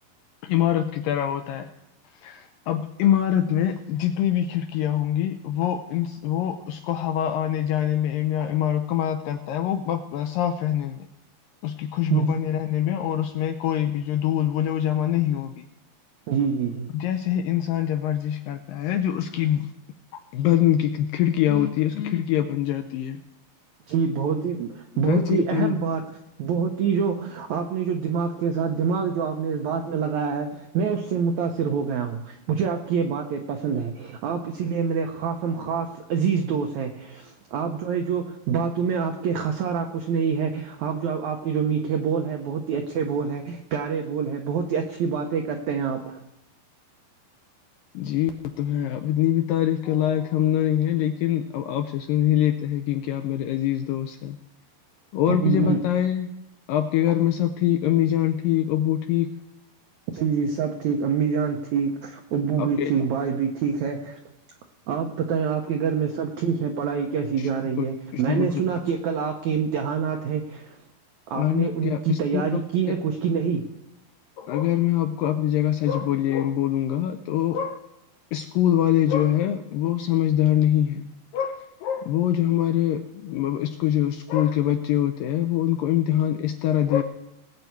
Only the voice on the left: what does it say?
عمارت کی طرح ہوتا ہے اب عمارت میں جتنی بھی کھڑک کیا ہوں گی وہ وہ اس کو ہوا آنے جانے میں یا عمارت کو مدد کرتا ہے وہ صاف رہنے میں اس کی خوشبو
بنی رہنے میں اور اس اس میں کوئی بھی جو دھول وہولے وہ جمع نہیں ہوگی
جیسے ہی انسان جوب ورزش کرتا ہے جو اس کی بد کی کھڑکیاں ہوتی ہے اس کی کھڑکیاں بن جاتی ہے
ویسے
تن
جی تو ہے اب اتنی بھی تعریف کے لائق ہم تو نہیں ہے لیکن اب آپ سے سن ہی لیتے ہیں کی کیا میرے عزیز دوست ہیں اور
مجھے
بتائے آپ کے گھر میں سب ٹھیک امی جان ٹھیک ابو ٹھیک
آپ
کے
شکر
شکر
خدا
ورنہ
کیا
اسکول
والے
اگر آپ کو اپنی جگہ س بولوں گا تو اسکول والے جو ہے وہ سمجھدار نہیں ہے وہ جو ہمارے اس جو اسکول کے بچے ہوتے ہیں وہ ان امتحان اس طرح